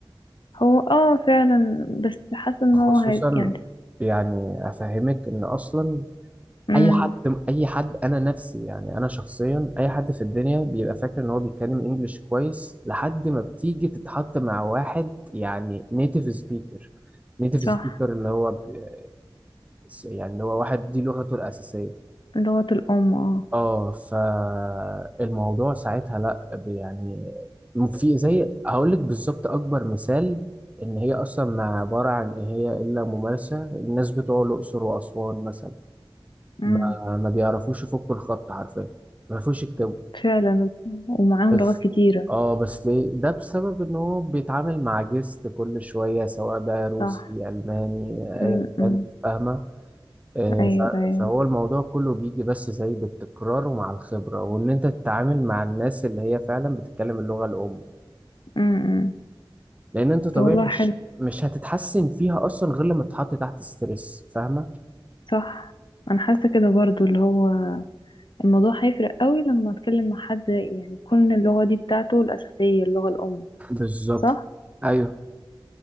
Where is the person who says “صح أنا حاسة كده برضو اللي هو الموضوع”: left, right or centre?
Left